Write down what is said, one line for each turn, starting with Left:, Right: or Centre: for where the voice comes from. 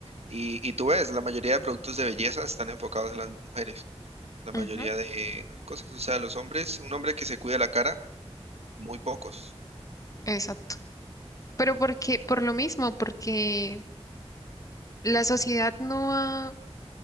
Right: Y, y tú ves, la mayoría de productos de belleza están enfocados en las mujeres, la mayoría
Left: Ujú,
Right: de cosas, o sea, los hombres, un hombre que se cuida la cara, muy pocos.
Left: Exacto. Pero porque, por lo mismo, porque la sociedad no ha,